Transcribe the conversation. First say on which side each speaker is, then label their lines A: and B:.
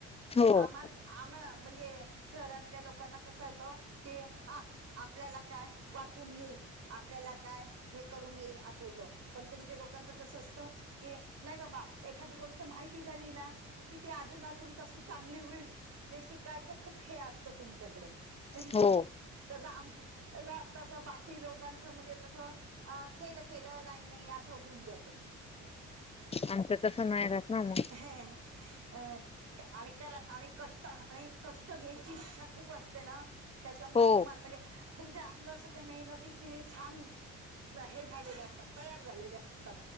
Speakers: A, on the left (about 20°); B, on the right (about 55°).
A: हो
B: आम्हाला आम म्हणजे शहरातल्या लोकांना कसं असावं की हा आपल्याला काय वाचून येईल. आपल्याला काय हे करून येईल असं होतं पण तुमच्या लोकांचं कसं अस त कि नाही बाबा एखादी गोष्ट माहिती झाली ना की ती अजून अजून कशी चांगली होईल हे शिकायच खूप हे असतं तुमच्याकडे अहही
A: हो
B: तसं आमच. तस तसं बाकी लोकांचं म्हणजे कसं. अ केलं केलं नाही नाही असं होऊन जात.
A: आमचं तसं नाही राहत. ना मग
B: एहे हे अ आणि कर आणि कष्ट आणि कष्ट घ्यायची इच्छा खूप असते ना. त्याच्यामुळे
A: हो
B: तुम्हाला म्हणजे तुमच्या अंगस मेहनतीची छान हे झालेले असतात, तयार झालेले असतात.